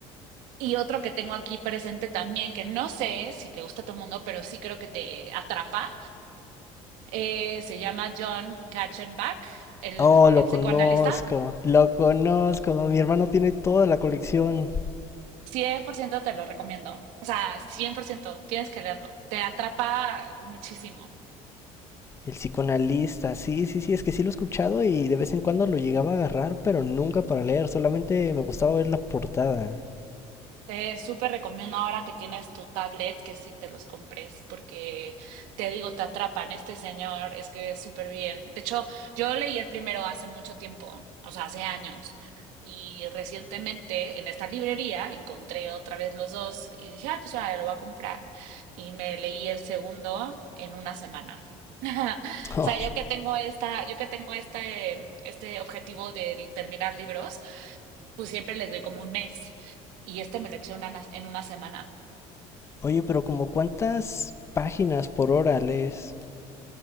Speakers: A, on the right; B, on the left.
A: Y otro que tengo aquí presente también, que no sé si le gusta a todo el mundo, pero sí creo que te atrapa, eh, se llama John Katzenbach, el,
B: Oh, lo
A: el psicoanalista.
B: conozco, lo conozco. Mi hermano tiene toda la colección.
A: cien por ciento te lo recomiendo. O sea, 100% tienes que leerlo. Te atrapa muchísimo.
B: El psicoanalista, sí, sí, sí, es que sí lo he escuchado y de vez en cuando lo llegaba a agarrar, pero nunca para leer, solamente me gustaba ver la portada.
A: Te súper recomiendo ahora que tienes tu tablet que sí te los compres porque te digo, te atrapan. Este señor es que es súper bien. De hecho, yo leí el primero hace mucho tiempo, o sea, hace años. Y recientemente en esta librería encontré otra vez los dos y dije, ah, pues ahora lo voy a comprar. Y me leí el segundo en una semana. <laughs>
B: Oh,
A: O sea, yo que tengo esta, yo que tengo este, este objetivo de terminar libros pues siempre les doy como un mes y este me lo eché una- en una semana.
B: oye, pero como cuántas páginas por hora lees,